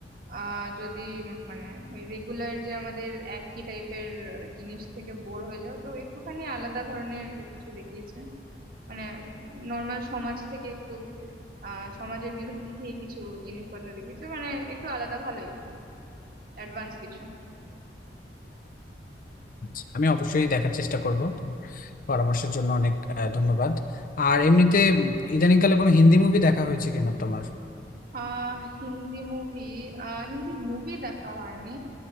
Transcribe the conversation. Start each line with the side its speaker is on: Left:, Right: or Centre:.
Right: আহ, যদি উম, মানে ওই রেগুলার যে আমাদের একই টাইপের জিনিস থেকে বোর হয়ে যাও তো একটুখানি আলাদা ধরনের কিছু দেখিয়েছে মানে নর্মাল সমাজ থেকে একটু আহ সমাজের বিরুদ্ধে গিয়ে কিছু জিনিসপত্র দেখিয়েছে মানে একটু আলাদা ভালোই অ্যাডভান্স কিছু
Left: আচ্ছা আমি অবশ্যই দেখার চেষ্টা করব তোমার পরামর্শের জন্য অনেক আহ, ধন্যবাদ আর এমনিতে ইদানিংকালে কোনো হিন্দি মুভি দেখা হয়েছে কিনা তোমার
Right: আহ হিন্দি মুভি আহ হিন্দি মুভি দেখা হয়নি